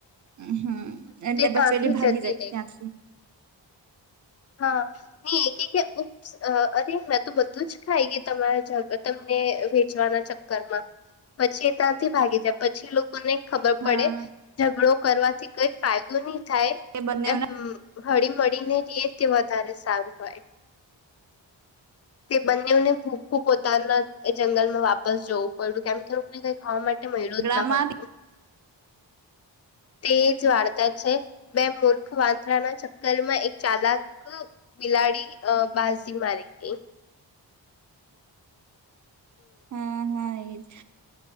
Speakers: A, on the right; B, on the left.
A: હમ્મ એટલે
B: ત્યાંથી
A: બસ પેલી ભાગી
B: જતી
A: જાય
B: રે
A: ત્યાંથી
B: હા નહી એ કે કેમ અરે મેં તો બધું જ ખાઈ ગઈ તમારા તમને વેચવાના ચક્કરમાં પછી એ ત્યાંથી ભાગી જાય પછી લોકોને ખબર
A: હા
B: પડે ઝઘડો કરવાથી કઈ ફાયદો નહી થાય
A: એ બંને
B: એમ હળી મળી ને રીએ તે વધારે સારું હોય
A: <inaudible>
B: તે બંનેને ભૂખું પોતાના જંગલમાં વાપસ જવું પઈડુ કેમ એમને કઈ ખાવા માટે મળ્યું
A: ઝઘડામાં
B: જ ન હતું તે જ વાર્તા છે બે મૂર્ખ વાંદરાના ચક્કર માં એક ચાલાક બિલાડી અ બાઝી મારી ગઈ
A: હમ્મ હમ્મ એજ